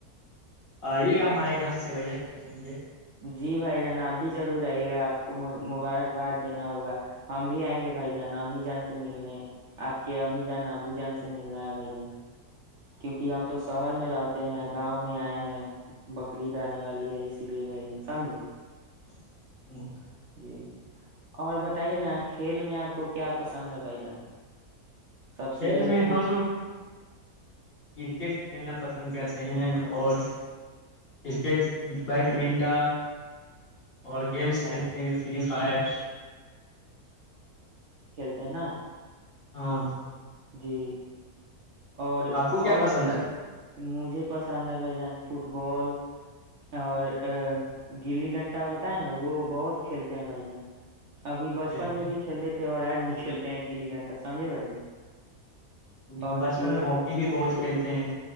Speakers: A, on the right; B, on the left.
A: جی
B: آئیے گا ہمارے گھر سے بھیا ہے <unintelligible>
A: جی بھائی جان آپ بھی ضرور آئیے گا آپ کو مبارکباد دینا ہوگا ہم بھی آئیں گے بھائی جان امی جان سے ملنے آپ کے امی جان ابو جان سے ملنا ہے بھائی جان کیونکہ ہم تو شہر میں رہتے ہیں گاؤں میں آئے ہاں <unintelligible> بکریید آنے والی ہے اسی لیے بھائی جان سمجھو
B: ہ <inaudible>
A: جی اور ب <unintelligible> بتائیے نا کھیل میں آپ کو کیا پسند ہے بھائی جان سب سے
B: کھیل
A: زیادہ
B: میں ہم کرکٹ کھیلنا پسند کرتے ہیں اور کرکٹ بیڈمنٹن اور گیمس کھیلتے
A: اور-
B: ہیں فری فائر
A: تینا
B: ہاں
A: جی اور
B: آپ کو کیا
A: اور
B: پسند ہے
A: مجھے پسند ہے بھائی جان فٹ بال اور گلی ڈنٹا ہوتا ہے نا وہ بہت کھیلتے ہیں بھائی جان ابھی بچپن
B: چلیے
A: میں بھی کھیلتے تھے اور آج بھی کھیلتے ہیں گیلی گھنٹا سمجے بے اور
B: ہم بچپن
A: پھر
B: میں ہاکی بھی بہت کھیلتے ہیں